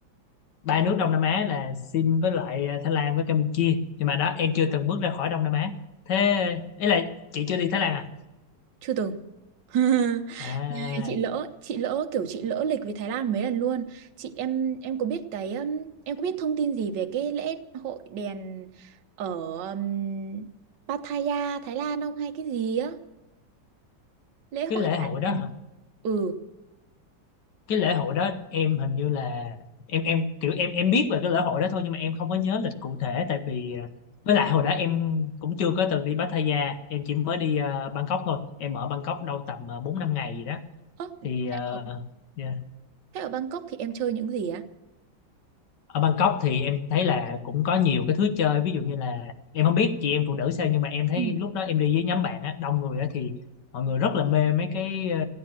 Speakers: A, on the left (about 65°); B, on the right (about 65°).
A: ba nước Đông Nam Á là Sin với lại ờ, Thái Lan với Campuchia nhưng mà đó em chưa từng bước ra khỏi Đông Nam Á thế ý là chị chưa đi Thái Lan à
B: Chưa từng. <laughs>
A: à
B: Này, chị lỡ, chị lỡ kiểu chị lỡ lịch về Thái Lan mấy lần luôn. Chị em em có biết cái um, em có biết thông tin gì về cái lễ hội đèn ở um, Pattaya Thái Lan không hay cái gì á? Lễ hội
A: cái lễ
B: thả
A: hội đó
B: đèn. Ừ.
A: cái lễ hội đó em hình như là em em kiểu em em biết về cái lễ hội đó thôi nhưng mà em không có nhớ lịch cụ thể tại vì ờ, với lại hồi đó em cũng chưa có từng đi Pattaya em chỉ mới đi ờ, Bangkok thôi em ở Bangkok đâu tầm ờ, bốn năm ngày gì đó
B: Ơ,
A: thì ờ,
B: thế ở,
A: yeah.
B: thế ở Bangkok thì em chơi những gì á?
A: ở Bangkok thì em thấy là cũng có nhiều cái thứ chơi ví dụ như là em không biết chị em phụ nữ sao nhưng mà em thấy
B: Ừ.
A: lúc đó em đi với nhóm bạn á đông người á thì mọi người rất là mê mấy cái ờ,